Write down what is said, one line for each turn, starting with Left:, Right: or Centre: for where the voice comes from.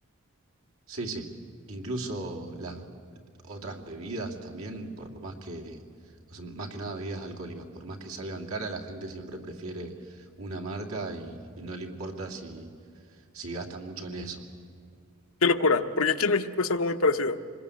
Right: sí, sí. Incluso las otras bebidas también, por más que, o sea, más que nada bebidas alcohólicas, por más que salgan cara, la gente siempre prefiere una marca y, y no le importa si, si gasta mucho en eso.
Left: Qué locura, porque aquí en México es algo muy parecido.